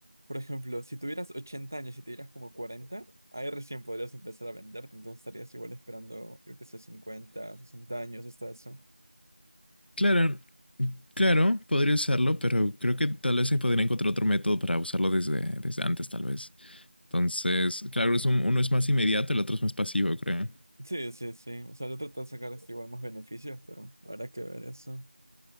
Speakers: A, on the right; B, on the left.
A: por ejemplo, si tuvieras 80 años y tuvieras como 40, ahí recién podrías empezar a venderte, entonces estarías igual esperando, yo qué sé, 50, 60 años hasta eso.
B: Claro, claro, podría usarlo, pero creo que tal vez se podría encontrar otro método para usarlo desde, desde antes, tal vez. Entonces, claro, es un- uno es más inmediato, el otro es más pasivo, creo.
A: Sí, sí, sí. O sea, le trata de sacar este igual más beneficios, pero habrá que ver eso.